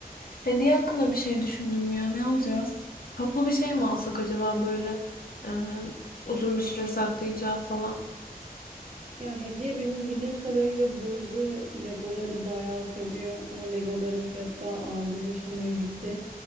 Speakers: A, on the left (about 70°); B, on the right (about 45°).
A: Hediye hakkında bir şey düşündüm ya. Ne alacağız? Toplu bir şey mi alsak acaba böyle e, uzun bir süre saklayacağı falan.
B: Ya hediye benim bildiğim kadarıyla Burcu Legoları bayağı seviyor. Ama Legoların fiyatı da aldı başını gitti.